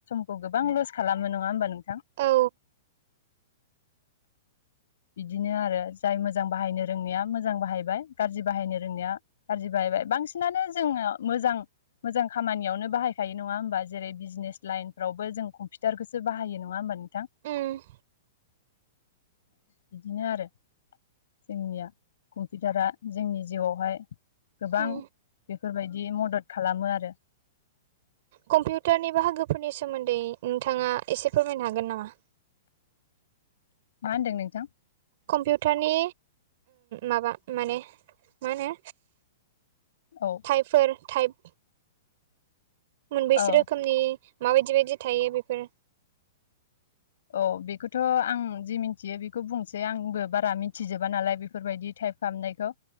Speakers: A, on the left; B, on the right.
A: खौ गोबां लस खालामो नङा होमबा नोंथां
B: औ
A: बिदिनो आरो जाय मोजां बाहायनो रोंनाया मोजां बाहायबाय गाज्रि बाहायनो रोंनाया गजि बाहबाय बांसिनानो जोङो मोजां मोजां खामानियावनो बाहायखायो नङा होमबा जेरै बिजनेस लाइन फोरावबो जों कम्पिउटारखौसो बाहायो नङा होमबा नोंथां
B: उम
A: बिदिनो आरो जोंनिया कम्पिउटारा जोंनि जिउआवहाय गोबां
B: उम
A: बेफोरबायदि मदद खालामो आरो
B: कम्पिउटारनि बाहागोफोरनि सोमोन्दै नोंथाङा एसे फोरमायनो हागोन नामा
A: मा होनदों नोंथां
B: कम्पिउटारनि माबा माने मा होनो
A: औ
B: हाइफोर टाइप मोनबेैसो
A: औ
B: रोखोमनि माबायदि बायदि थायो बेफोर
A: औ बेखौथ' आं जि मिथियो बेखौ बुंसै आंबो बारा मिथिजोबा नालाय बेफोरबायदि टाइप खालामामनायखौ